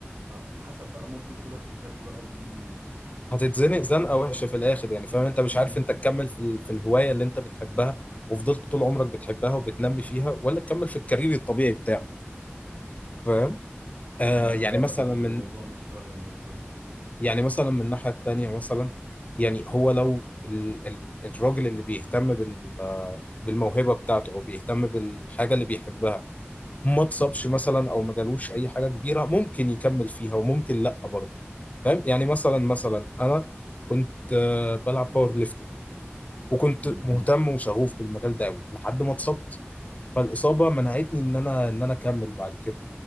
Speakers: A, on the right; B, on the left.
A: آه، حسب بقى ممكن كل واحد يخلي بقى دي
B: هتتزنق
A: حسب
B: زنقة
A: كل واحد
B: وحشة
A: وشخصيته
B: في الاخر يعني فاهم انت مش
A: امم
B: عارف انت تكمل في ال- في الهواية اللي انت بتحبها وفضلت طول عمرك بتحبها وبتنمي فيها ولا تكمل في الكارير الطبيعي بتاعك فاهم آه
A: ده
B: يعني
A: حقيقي
B: مثلا من
A: الموضوع مش سهل انه يتظبط
B: يعني مثلا من الناحية التانية مثلا يعني هو لو ال ال الراجل اللي بيهتم بال آه، بالموهبة بتاعته او بيهتم بالحاجة اللي بيحبها ما اتصابش
A: امم
B: مثلا او ما جالوش اي حاجة كبيرة ممكن يكمل فيها وممكن لا برضه فاهم يعني مثلا مثلا انا كنت آه، بلعب باور ليفتنج وكنت
A: امم
B: مهتم وشغوف بالمجال ده قوي لحد ما اتصبت فالاصابه منعتني ان انا ان انا اكمل بعد كده